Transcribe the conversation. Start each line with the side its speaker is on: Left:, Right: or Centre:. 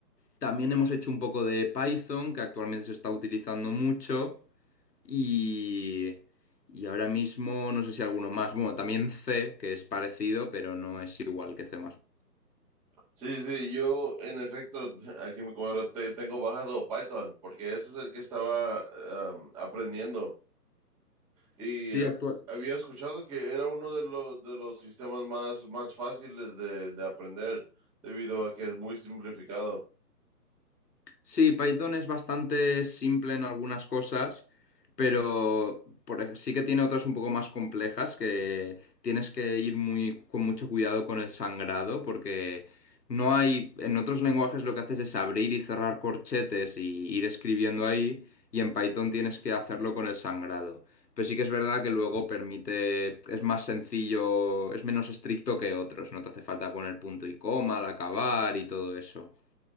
Left: También hemos hecho un poco de Python, que actualmente se está utilizando mucho. Y, y ahora mismo no sé si alguno más. Bueno, también C, que es parecido, pero no es igual que C++.
Centre: Sí, sí, yo en efecto, aquí me cuadra, te- tengo bajado Python, porque ese es el que estaba am, aprendiendo. Y
Left: Sí,
Centre: eh,
Left: actual.
Centre: había escuchado que era uno de, lo- de los sistemas más, más fáciles de, de aprender, debido a que es muy simplificado.
Left: Sí, Python es bastante simple en algunas cosas, pero por ej- sí que tiene otras un poco más complejas que tienes que ir muy con mucho cuidado con el sangrado, porque no hay, en otros lenguajes lo que haces es abrir y cerrar corchetes y ir escribiendo ahí, y en Python tienes que hacerlo con el sangrado. Pero sí que es verdad que luego permite, es más sencillo, es menos estricto que otros, no te hace falta poner punto y coma al acabar y todo eso.